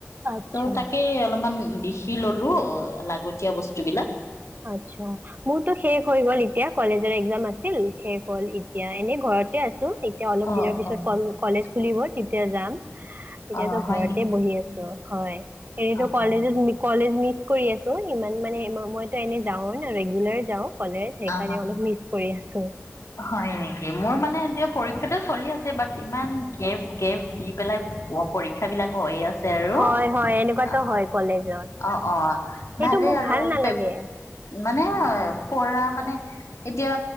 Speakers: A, on the left; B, on the right.
A: ত'
B: আচ্ছা
A: তাকে অলপমান দিখি ললো লাগতিয়া বস্তু বিলাক
B: আ‌মোৰতো শেষ হৈ গল এতিয়া কলেজৰ একজাম আছে আছিল শেষ হ'ল এতিয়া এনে ঘৰতে আছিল এতিয়া অলপ
A: অ
B: দিনৰ পিছত
A: অ
B: কলেজ খুলিব তেতিয়া যাম এতিয়াতো
A: অ হয়
B: ঘৰতে
A: নেকি
B: বহি আছো হয় এনেটো
A: অ
B: কলেজত
A: অ
B: কলেজ মি কৰি আছো ইমান মানে মই এনে যাও ন ৰেগুলাৰ যাওঁ কলেজ সেইকাৰণে
A: অ
B: অলপ মিচ কৰি চ'
A: হয় নেকি মোৰ মানে এতিয়া পৰীক্ষাটো চলি আছে বাট ইমান গেফ গেফ দি পেলাই পৰীক্ষা বিলাক হৈয়ে আছে আৰু
B: হয় হয় এনেকুৱাটো
A: অ
B: হয় কলেজত
A: অ অ
B: সেইটো
A: ভালেই
B: মোক
A: আৰু
B: ভাল নালাগে
A: পে মানে পঢ়া মানে
B: আচ্ছা
A: এতিয়া